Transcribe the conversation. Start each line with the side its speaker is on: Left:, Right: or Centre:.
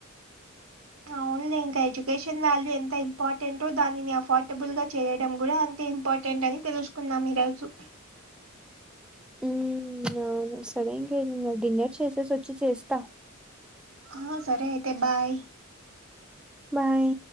Right: అవునులే ఇంక ఎడ్యుకేషన్ వాల్యూ ఎంత ఇంపార్టెంట్ తో దానిని అఫర్డబుల్ గా చేయడం కూడా ఇంపార్టెంట్ అని తెలుసుకుందాం ఈ రోజు
Centre: మ్మ్ అవును సరే ఇంకా డిన్నర్ చేసేసి వచ్చి చేస్తా
Right: ఆ సరే అయితే బాయ్
Centre: బాయ్